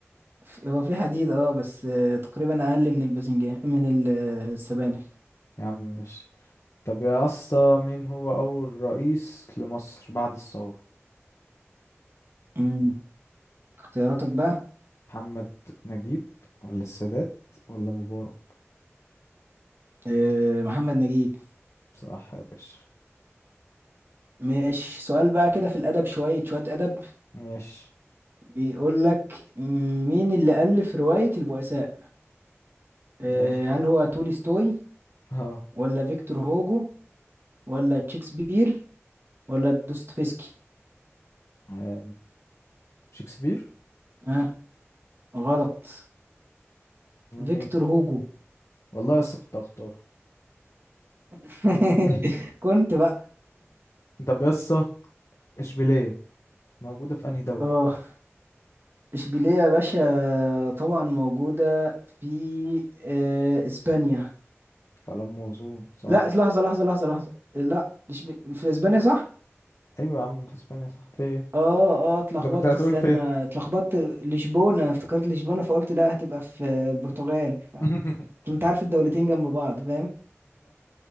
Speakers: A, on the right; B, on the left.
A: في- هو في حديد اه بس آه، تقريبا اقل من الباذنجان من ال- آه، السبانخ
B: يا عم ماشي طب يا اسطى مين هو اول رئيس لمصر بعد الثورة
A: امم اختياراتك بقى
B: محمد نجيب ولا السادات ولا مبارك
A: آه، محمد نجيب
B: صح يا باشا
A: ماشي سؤال بقى كده في الادب شويه شويه ادب
B: ماشي
A: بيقول لك مين اللي الف روايه البؤساء آه،
B: يا اخي
A: هل هو تولستوي
B: اه
A: ولا فيكتور هوجو ولا شكسبير ولا دوستويفسكي
B: آه، شكسبير
A: ها آه غلط فيكتور
B: مين
A: هوجو
B: والله يا اسطى كنت هختاره
A: <laughs>
B: <laughs>
A: كنت بقى
B: طب يا اسطى اشبيليه موجوده في انهي دوله
A: اه اشبيلية يا باشا طبعا موجودة في آه، اسبانيا
B: كلام موزون صح
A: لا لحظة لحظة لحظة لحظة لا إشب- في اسبانيا صح؟
B: ايوه يا عم في اسبانيا صح في ايه
A: اه اه اتلخبطت
B: انت كنت هتقول
A: استنى
B: فين
A: اتلخبطت لشبونة افتكرت لشبونة فقلت لا هتبقى في البرتغال ف...
B: <laughs>
A: انت عارف الدولتين جنب بعض فاهم؟